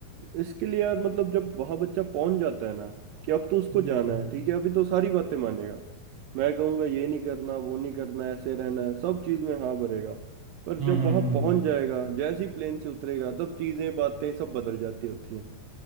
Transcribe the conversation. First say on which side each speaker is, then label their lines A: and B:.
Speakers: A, on the right (about 70°); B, on the right (about 40°).
A: इसके लिए यार मतलब जब वहां बच्चा पहुंच जाता है ना कि अब तो उसको
B: हम्म।
A: जाना है ठीक है अभी तो सारी बातें मानेगा मैं कहूँगा ये नहीं करना वो नहीं करना ऐसे रहना है सब चीज में हाँ भरेगा पर
B: हम्म
A: जब
B: हम्म
A: वहां पहुंच जाएगा जैसे ही प्लेन से उतरेगा तब चीजें बातें सब बदल जाती होती हैं